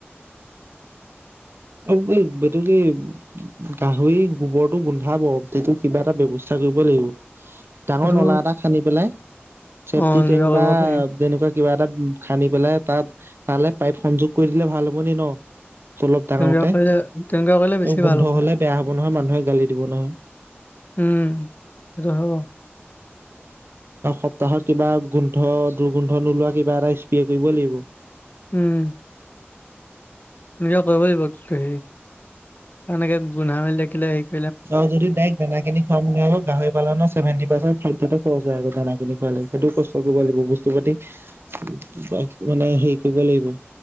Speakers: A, on the right (about 60°); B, on the left (about 45°).
A: অ উ সেটো কি গাহৰি গোবৰটো গোন্ধাব সেইটো কিবা এটা ব্যৱস্থা কৰিব লাগিব ডাঙৰ
B: সেইটো
A: নলা এটা খান্দি পেলাই চেফটি
B: অ এনেকুৱা
A: টেংক
B: কৰিব
A: বা
B: পাৰি
A: তেনেকোৱা কিবা এটা খান্দি পেলাই তাত তালৈ পাইপ সংযোগ কৰি দিলে ভাল হ'ব নি ন অলপ ডাঙৰকে
B: তেনেকুৱা কৰিলে তেনেকুৱা কৰিলে
A: আৰু
B: বেছি
A: গোন্ধ
B: ভাল
A: হলে বেয়া হব নহয় মানুহে গালি দিব নহয়
B: উম সেইটো হয় বাও
A: অ সপ্তাহত কিবা গোন্ধ দুৰ্গোন্ধ নোলোৱা কিবা এটা স্প্ৰে কৰিব লাগিব
B: উম এনেকা কৰিবই লাগিব সে এনেকে গুন্ধা মেলি থাকিলে সেই
A: আও যদি ডাইৰেক্ট দানাখিনি খুৱাব নোৱাৰো গাহৰি পালনত চেভেণ্টি পাৰ্চেণ্ট ফিফটিটো খৰচ হয় আও দানা কিনি খুৱালে সেইটো কষ্ট কৰিব লাগিব বস্তু পাতি কিবা এটা মানে হেৰি কৰিব লাগিব